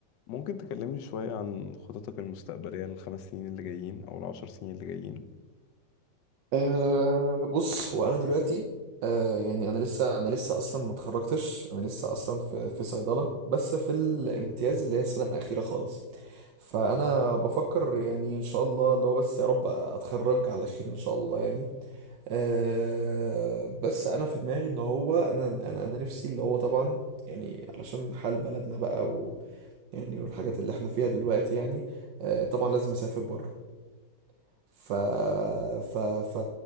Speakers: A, on the left; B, on the right.
A: ممكن تكلمني شوية عن خططك المستقبلية للخمس سنين اللي جايين أو العشر سنين اللي جايين
B: أه بص هو انا دلوقتي أه يعني انا لسه انا لسه اصلا ما اتخرجتش انا لسه اصلا في في صيدله بس في الامتياز اللي هي السنه الاخيره خالص فانا بفكر يعني ان شاء الله اللي هو بس يا رب اتخرج على خير ان شاء الله يعني أه بس انا في دماغي ان هو انا انا انا نفسي اللي هو طبعا يعني علشان حال بلدنا بقى و يعني والحاجات اللي احنا فيها دلوقتي يعني أه طبعا لازم اسافر بره ف ف ف